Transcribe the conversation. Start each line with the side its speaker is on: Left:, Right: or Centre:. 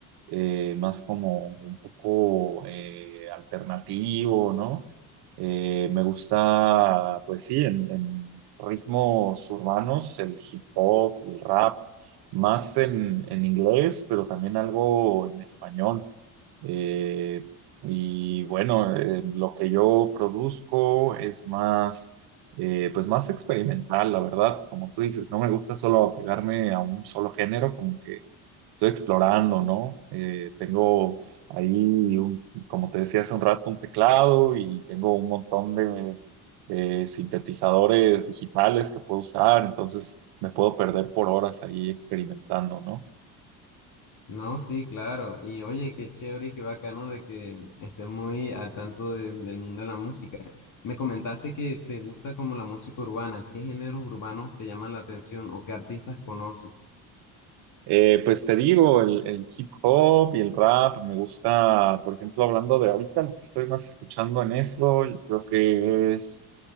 Right: eh, más como un poco eh, alternativo, ¿no? Eh, me gusta, pues sí, en, en ritmos urbanos, el hip hop y el rap más en, en inglés, pero también algo en español. Eh, y bueno, eh, lo que yo produzco es más, eh, pues más experimental, la verdad, como tú dices, no me gusta solo apegarme a un solo género, como que estoy explorando, ¿no? Eh, tengo ahí, un- como te decía hace un rato, un teclado y tengo un montón de, de sintetizadores digitales que puedo usar, entonces me puedo perder por horas ahí experimentando, ¿no?
Left: No, sí, claro. Y oye, qué chévere y qué bacano de que estés muy al tanto de- del mundo de la música. Me comentaste que te gusta como la música urbana. ¿Qué géneros urbanos te llaman la atención o qué artistas conoces?
Right: Eh, pues te digo, el, el hip hop y el rap me gusta, por ejemplo, hablando de ahorita, lo que estoy más escuchando en eso, yo creo que es